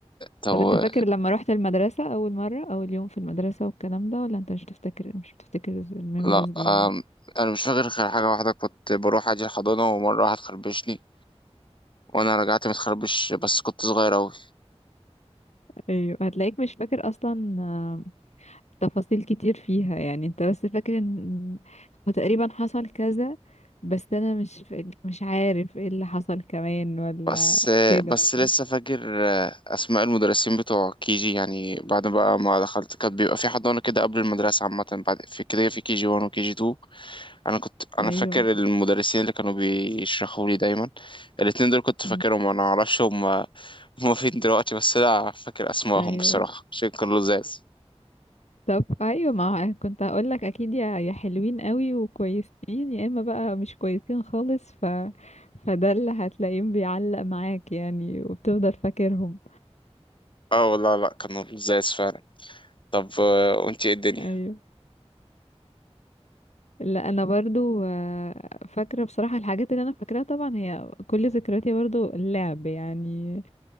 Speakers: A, on the left; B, on the left.
A: طب
B: طب
A: و-
B: انت فاكر لما رحت المدرسه اول مره اول يوم في المدرسه والكلام ده ولا انت مش بتفتكر مش بتفتكر الميموريز
A: لا
B: دي
A: أم، أنا مش فاكر غير حاجة واحدة كنت بروح أجي الحضانة ومرة واحد خربشني وأنا رجعت متخربش بس كنت صغير أوي
B: ايوه هتلاقيك مش فاكر اصلا تفاصيل كتير فيها يعني انت بس فاكر ان هو تقريبا حصل كذا بس انا مش فا- مش عارف ايه اللي حصل كمان ولا
A: بس
B: كده
A: بس لسه فاكر آه، اسماء المدرسين بتوع كي جي يعني بعد بقى ما دخلت كان بيبقى في حضانه كده قبل المدرسه عامه بعد في كده في كي جي 1 وكي جي 2 انا كنت انا
B: ايوه
A: فاكر المدرسين اللي كانوا بيشرحوا لي دايما الاتنين دول كنت فاكرهم
B: م،
A: انا معرفش هم هم فين دلوقتي بس لا فاكر اسمائهم
B: ايوه
A: بصراحه عشان كانوا لزاز
B: طب ايوه ما هو كنت هقول لك اكيد يا يا حلوين قوي وكويسين يا اما بقى مش كويسين خالص ف فده اللي هتلاقيهم بيعلق معاك يعني وبتفضل فاكرهم
A: اه والله لا كانوا لزاز فعلا طب آه، وانتي ايه الدنيا
B: ايوه لا انا برضو آه، فاكره بصراحه الحاجات اللي انا فاكراها طبعا هي كل ذكرياتي برضو اللعب يعني